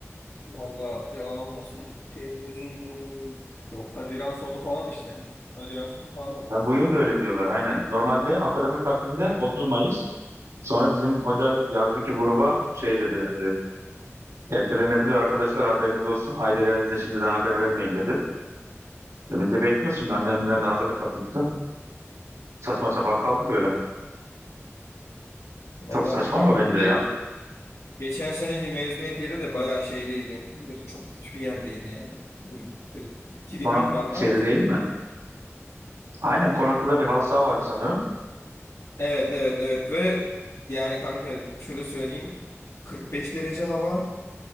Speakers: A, on the left; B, on the right.
A: Valla yalan olmasın. Temmuz'un yok Haziran sonu falan işte. Haziran sonu falan oldu.
B: Ha, bu yıl da öyle diyorlar aynen. Normalde akademik takvimde 30 Mayıs. Sonra bizim hoca yazdı ki gruba şey dedi. e, ertelenebilir arkadaşlar haberiniz olsun. Ailelerinize şimdiden haber vermeyin dedi. E, biz de bekliyoruz şimdi. Annemler
A: Hı.
B: de hazırlık yapmıştı. Saçma sapan kaldık öyle.
A: Vallahi
B: Çok saçma
A: bilmiyorum.
B: ama bence
A: Bir de
B: ya.
A: geçen seneki mezuniyet yeri de bayağı şeydeydi. Böyle Çok kötü bir yerdeydi yani. Hı. Böyle bir tribün
B: Sonra
A: vardı
B: şeyde
A: ama çok.
B: değil mi? Aynen Konaklı'da bir halı saha var mı sanırım?
A: Evet evet evet ve yani kanka şöyle söyleyeyim. 45 derece hava.